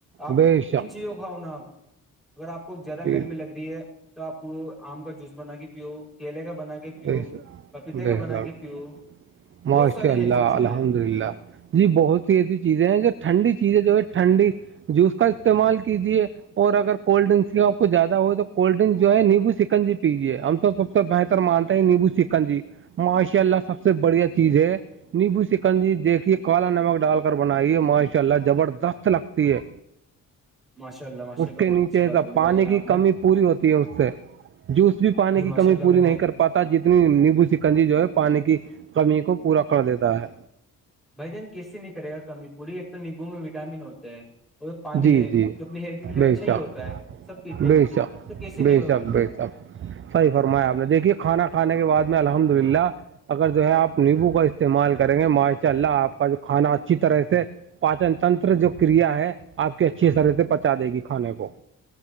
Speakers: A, in the centre; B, on the right.
A: آپ
B: بے شک
A: انن چیزوں کھاؤ نا آپ اگر آپ کو زیادہ
B: جی
A: گرمی
B: جی
A: لگ رہی ہے تو آپ آم کا جوس بنا کے پیو کیلے کا بنا کے پیو
B: بے شک
A: پپیتے
B: بے
A: کا بنا
B: شک
A: کے پیو
B: ماشاءاللہ
A: بہت سارے ایسی چیزیں
B: الحمد
A: ہیں
B: للہ جی بہت سی ایسی چیزیں ہیں جو ٹھنڈی چیزیں جو ہے ٹھنڈی جوس کا استعمال کیجیے اور اگر کولڈ ڈرنکس آپ کو زیادہ ہو تو کولڈ ڈرنکس جو ہے نیمبو چکن جی پیے ہم سب سے بہتر مانتے نیبو چکن جی ماشاء اللہ سب سے بڑھیا چیز ہے نیبو سکنجی دیکھیے کالا نمک ڈال کر بنائیے ماشاء اللہ جبردست لگتی ہے
A: ماشاء اللہ ماشاء
B: اس
A: اللہ
B: کے
A: بہت
B: نیچے
A: اچھی بات
B: سب
A: بولی
B: پانی
A: بھائی جان آپ
B: کی کمی
A: نے
B: پوری ہوتی ہے اس سے جوس بھی پانی
A: جی
B: کی
A: ماشاء
B: کمی
A: اللہ
B: پوری
A: بھائی
B: نہیں
A: جان
B: کر پ پتا جتنی نیبو سکنجی جو ہے پانی کی کمی کو پورا کر دیتا ہے
A: بھای جان کس سے نہیں کرے گا کمی پوڑی ایک توم نیبو میں وٹامن ہوتےتا ہے اور پانی
B: جی
A: ہے
B: جی
A: جو اپنی ہیلد کے لیے
B: بے
A: اچھا ہی
B: شک
A: ہوتا ہے سب پیتے ہیں
B: بے
A: اسے
B: شک
A: تو کیسی نہیں
B: بے
A: ہوگی
B: شک بے شک صحیح فرمایا آپ نے دیکھیے کھانا کھانے کے بعد میں الحمد للہ اگر جو ہے آپ نیمبو کا استعمال کریں گے ماشاء اللہ آپ کا جو کھانا اچھی طرح سے پاچن تنتر جو کریا ہے آپ کی اچھی طرح سے پہچا دے گی کھانے کو